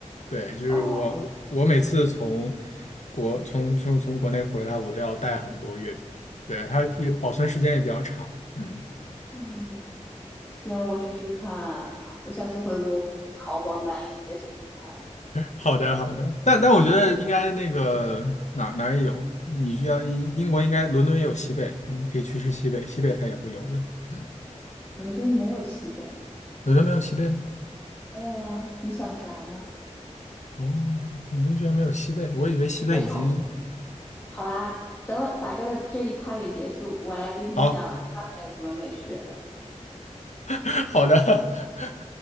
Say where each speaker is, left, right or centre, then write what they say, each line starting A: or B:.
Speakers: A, on the left (about 65°); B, on the left (about 15°).
A: 对，就是我我每次从
B: 哦，
A: 国从从从国内回来，我都要带很多月饼，对，它也保存时间也比较长。嗯。
B: 嗯，行，我试试看，我下次回国我去淘宝买一些试试看。
A: 好的，好的，但但我觉得应该那个哪儿哪儿也有，你需要英英国应该伦敦也有西贝，你可以去吃西贝，西贝它也会有的。嗯，
B: 伦敦没有西贝，
A: 伦敦没有西贝吗？
B: 没有啊，你想啥呢？
A: 哦，伦敦居然没有西贝，我以为西贝已经
B: 结束，好吧，咱们把这个这一趴给结束。我来给你讲上海有什么美食。
A: 好 <laughs> 好的，<laughs>